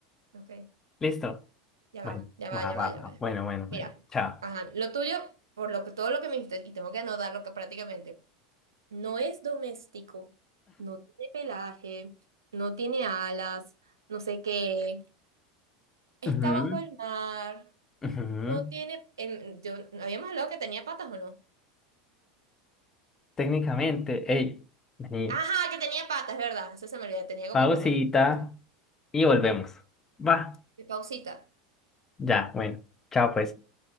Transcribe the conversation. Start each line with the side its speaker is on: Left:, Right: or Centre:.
Right: Ok,
Left: ¿Listo?
Right: ya
Left: Bueno,
Right: va, ya va,
Left: va,
Right: ya
Left: va,
Right: va, ya
Left: va.
Right: va.
Left: Bueno, bueno, bueno.
Right: Mira,
Left: Chao.
Right: ajá, lo tuyo, por lo que, todo lo que me dijiste, y tengo que anotarlo que prácticamente, no es doméstico, no tiene pelaje, no tiene alas, no sé qué, está
Left: Ujú,
Right: bajo el mar,
Left: ujú.
Right: no tiene, en- yo, habíamos hablado que tenía patas, ¿o no?
Left: Técnicamente, hey, vení,
Right: Ajá, que tenía patas, ¿verdad? Eso se me olvidó, tenía como
Left: pausita
Right: cuatro patas. Sí.
Left: y volvemos. Va,
Right: Y pausita.
Left: ya, bueno, chao pues.